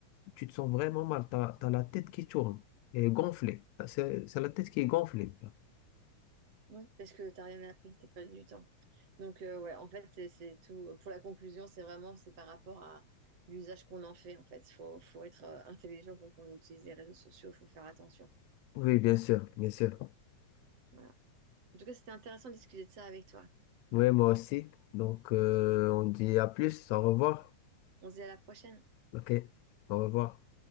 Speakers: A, on the left (about 80°); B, on the right (about 55°).
A: tu te sens vraiment mal. Tu as, la tête qui tourne et gonflée. T'as- C'est c'est la tête qui est gonflée.
B: ouais, parce que t'as rien appris, t'as perdu du temps. Donc, euh, ouais, en fait, c'est c'est tout. euh, Pour la conclusion, c'est vraiment c'est par rapport à l'usage qu'on en fait, en fait. Faut, faut être euh, intelligent quand on utilise les réseaux sociaux, faut faire attention.
A: Oui, bien sûr, bien sûr.
B: Voilà. En tout cas, c'était intéressant de discuter de ça avec toi.
A: Oui, moi aussi. Donc, euh, on dit à plus, au revoir.
B: On se dit à la prochaine.
A: Ok, au revoir.